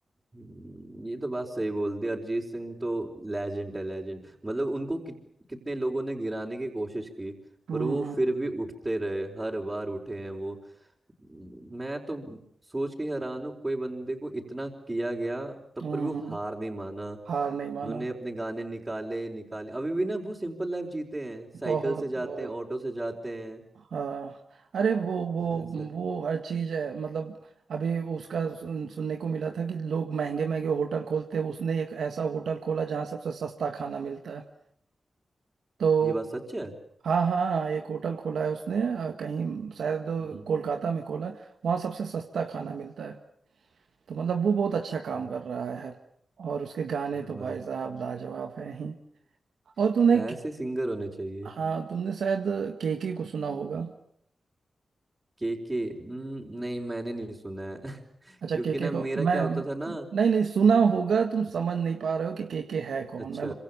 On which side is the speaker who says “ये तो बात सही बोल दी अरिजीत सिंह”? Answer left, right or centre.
Right